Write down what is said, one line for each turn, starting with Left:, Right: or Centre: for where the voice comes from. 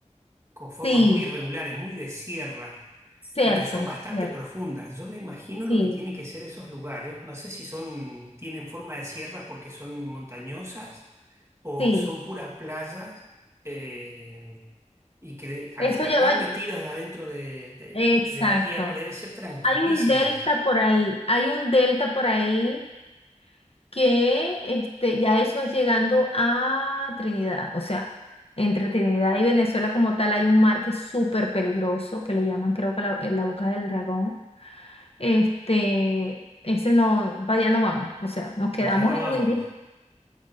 Right: con formas
Left: Sí,
Right: muy irregulares, muy de sierra,
Left: cierto,
Right: y que son bastante
Left: cierto.
Right: profundas. Yo me imagino
Left: Sí,
Right: lo que tienen que ser esos lugares. No sé si son, tienen forma de sierra porque son montañosas o
Left: sí.
Right: son puras playas, eh, y que al
Left: Eso
Right: estar
Left: lleva,
Right: tan metidas adentro de, de-
Left: exacto.
Right: de la tierra deben ser tranquilísimas.
Left: Hay un delta por ahí, hay un delta por ahí que este, ya eso es llegando a Trinidad, o sea, entre Trinidad y Venezuela como tal hay un mar que es súper peligroso, que lo llaman creo que la, eh, la boca del dragón Este, ese no, para allá no vamos. O sea, nos quedamos
Right: Para allá no
Left: en
Right: vamos.
Left: Guiri.